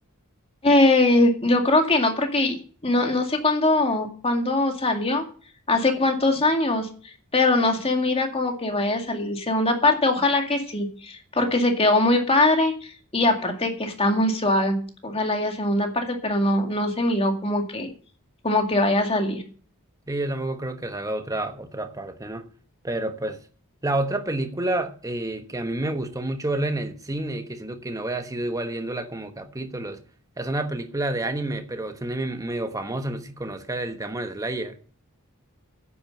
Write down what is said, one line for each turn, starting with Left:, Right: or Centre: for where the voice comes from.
Left: Eh, yo creo que no, porque no, no sé cuándo, cuándo salió, hace cuántos años, pero no se mira como que vaya a salir segunda parte. Ojalá que sí, porque se quedó muy padre y aparte que está muy suave. Ojalá haya segunda parte, pero no, no se miró como que, como que vaya a salir.
Right: Sí, yo tampoco creo que salga otra, otra parte, ¿no? Pero pues la otra película eh, que a mí me gustó mucho verla en el cine y que siento que no había sido igual viéndola como capítulos, es una película de anime, pero es un anime medio famoso, no sé si conozcas el Demon Slayer.